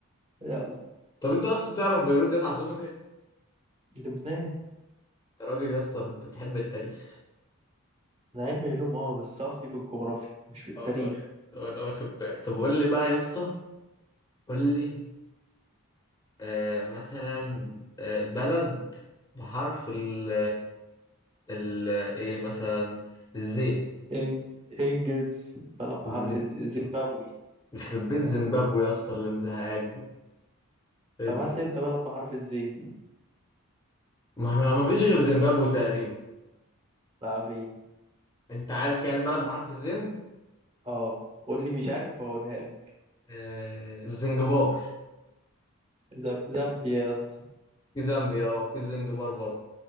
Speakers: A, on the right; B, on the left.
A: يلا
B: طب انت اصلا تعرف بيروت ديت عاصمة ايه؟
A: لبنان
B: يا راجل يا اسطى كنت بتحب التاريخ
A: انا علمي علوم اه بس اصلي في الجغرافيا مش في التاريخ
B: طب انا طب انا واخد بالي طب قول لي بقى يا اسطى قول لي آه مثلا آه بلد بحرف ال ال ايه مثلا الزين
A: إنج... انجز بلد بحرف
B: ازاي
A: الز- زيمبابوي
B: يخرب بيت زيمبابوي يا اسطى اللي مزهقاك دي ادي
A: طب هات لي انت بلد بحرف الزي
B: ما ما ما فيش غير زيمبابوي تقريبا
A: تعرف ايه
B: انت عارف يعني بلد بحرف الزين
A: اه قول لي مش عارف هقولها لك
B: آه الزنجبار
A: ز- زامبيا يا اسطى
B: في زامبيا اه في الزنجبار برضه